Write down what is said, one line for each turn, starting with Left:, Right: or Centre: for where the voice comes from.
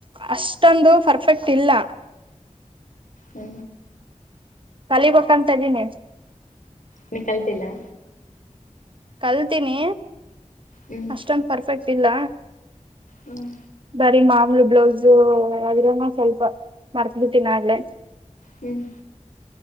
Right: ಅಷ್ಟ. ಟೊನ್ದು ಪರ್ಫೆಕ್ಟ್ ಇಲ್ಲ.
Left: ಹ್ಞ.
Right: <unintelligible> ಇದೀನಿ.
Left: ನಿ ಕಲ್ತಿಲ್ಲಾ.
Right: ಕಲ್ತೀನಿ.
Left: ಹ್ಮ್.
Right: ಅಷ್ಟೊಂದು ಪರ್ಫೆಕ್ಟ್ ಇಲ್ಲ.
Left: ಹ್ಮ್.
Right: ಬರೀ ಮಾಮೂಲು ಬ್ಲೌಸು ಅದ್ರನ್ನ ಸ್ವಲ್ಪ ಮರ್ತ ಬಿಟ್ಟಿನ್ ಆಗ್ಲೆ.
Left: ಹ್ಮ್.